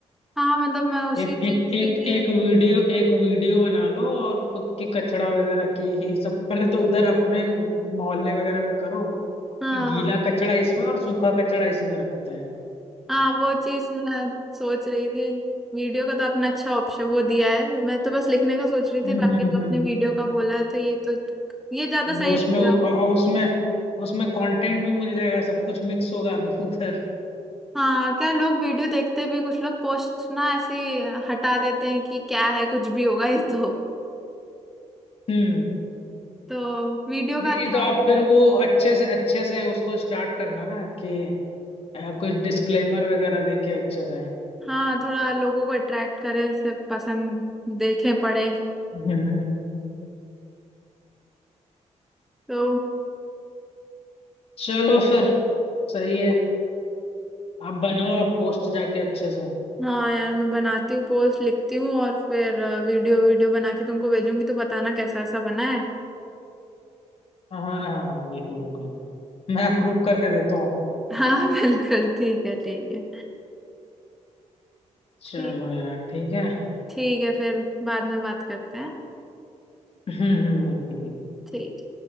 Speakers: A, in the centre; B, on the left.
A: हाँ मतलब मैं उसी
B: एक
A: चीज
B: एक एक
A: के लिए
B: एक वीडियो एक वीडियो बना लो और खुद की कचड़ा वगैरह की <laughs> सबसे पहले तो उधर अपने मोहल्ले वगैरह में करो
A: हाँ
B: कि गीला कचड़ा इसमें और सूखा कचड़ा इसमें रखते हैं
A: हाँ वो चीज मैं सोच रही थी वीडियो का तो आपने अच्छा ऑप्शन वो दिया है मैं तो बस लिखने का सोच रही
B: हम्म
A: थी बाकी
B: हम्म,
A: जो
B: हम्म।
A: आपने वीडियो
B: हम्म।
A: का बोला है तो ये तो ये ज्यादा
B: वो
A: सही
B: उसमें
A: रहेगा
B: उस, और और उसमें उसमें कंटेंट भी मिल जाएगा सब कुछ मिक्स होगा अभी उधर
A: हाँ क्या लोग वीडियो देखते भी कुछ लोग पोस्ट ना ऐसे ही हटा देते हैं कि क्या है कुछ भी होगा ये तो
B: हम्म
A: तो वीडियो
B: नहीं
A: का अच्छा
B: नहीं तो आप फिर
A: है।
B: वो अच्छे से अच्छे से उसको स्टार्ट करना ना कि अ, कुछ डिस्क्लेमर वगैरह देके अच्छे से
A: हाँ थोड़ा लोगों को अट्रैक्ट करे ऐसे पसंद देखे पड़े
B: हम्म हम्म, हम्म।
A: तो
B: चलो फिर सही है आप बनाओ आप पोस्ट जाके अच्छे से
A: हाँ यार मैं बनाती हूँ पोस्ट लिखती हूँ और फिर वीडियो वीडियो बना के तुमको भेजूंगी तो बताना कैसा सा बना है
B: हाँ हाँ हाँ हाँ, बिल्कुल बिल्कुल मैं अप्रूव करके देता हूँ आपको
A: हाँ <laughs> बिल्कुल ठीक है ठीक है
B: चलो
A: ठीक
B: यार ठीक है
A: ठीक है फिर बाद में बात करते हैं
B: हम्म हम्म बिल्कुल बिल्कुल
A: ठीक